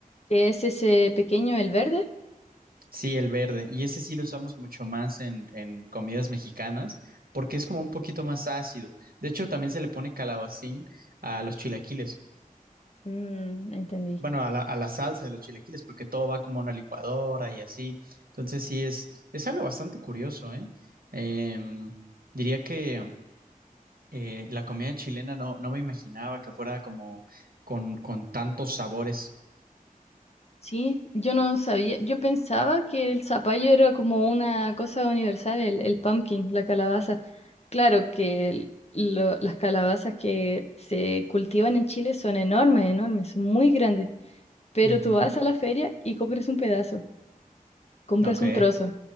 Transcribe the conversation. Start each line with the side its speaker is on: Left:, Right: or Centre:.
Left: que es ese pequeño, el verde.
Right: Sí, el verde. Y ese sí lo usamos mucho más en, en comidas mexicanas porque es como un poquito más ácido. De hecho, también se le pone calabacín a los chilaquiles.
Left: Mm, entendí.
Right: bueno, a la, a la salsa de los chilaquiles, porque todo va como a una licuadora y así. Entonces sí, es, es algo bastante curioso, ¿eh? Em, diría que eh, la comida chilena no, no me imaginaba que fuera como con, con tantos sabores.
Left: Sí, yo no sabía, yo pensaba que el zapallo era como una cosa universal, el, el pumpkin, la calabaza. Claro que el- lo- las calabazas que se cultivan en Chile son enormes, enormes, son muy grandes, pero
Right: Ujú.
Left: tú vas a la feria y compras un pedazo, compras
Right: Ok,
Left: un trozo.